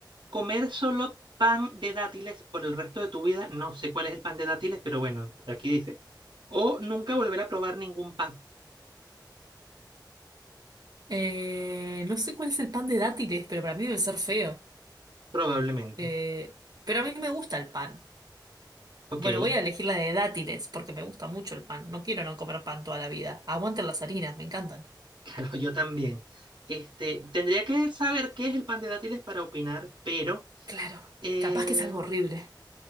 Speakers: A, on the right (about 80°); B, on the right (about 60°).
A: Comer solo pan de dátiles por el resto de tu vida, no sé cuál es el pan de dátiles, pero bueno, aquí dice. O nunca volver a probar ningún pan,
B: Eh, no sé cuál es el pan de dátiles, pero para mí debe ser feo.
A: probablemente.
B: Eh, pero a mí me gusta el pan.
A: Ok,
B: Bueno, voy
A: <laughs>
B: a elegir la de dátiles porque me gusta mucho el pan. No quiero no comer pan toda la vida. Aguanten las harinas, me encantan.
A: claro, yo también. Este, tendría que saber qué es el pan de dátiles para opinar, pero
B: Claro,
A: eh,
B: capaz que es algo horrible.